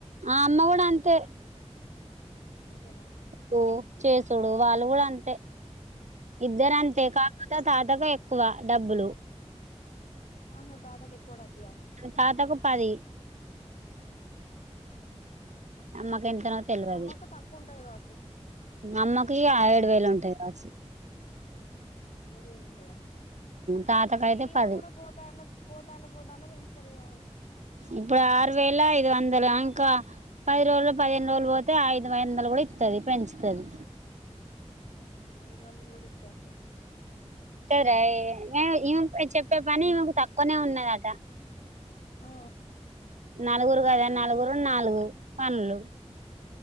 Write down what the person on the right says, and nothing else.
ఆ అమ్మ కూడా అంతే.
కో చేసుడు వాళ్ళు కూడా అంతే, ఇద్దరు అంతే కాకపోతే ఆ తాత్ దగా ఎక్కువ డబ్బులు
తాతకు పది అమ్మకి ఎంతనో తెలవది
అమ్మ ఇగ ఏడు వేలు ఉంటయి మరి
తాతకయితే
పది
ఇప్పుడు ఆరు వేల ఐదు వందలు ఆమ్ కా పది రోజులు, పదిహేను రోజులు పోతే ఐదు వైదలు కూడా ఇస్తుది పెంచుతది
రై ఈమె చెప్పే పని ఈమెకు తక్కువనే ఉన్నదట
నలుగురు కదా నలుగురు నాలుగురు పనులు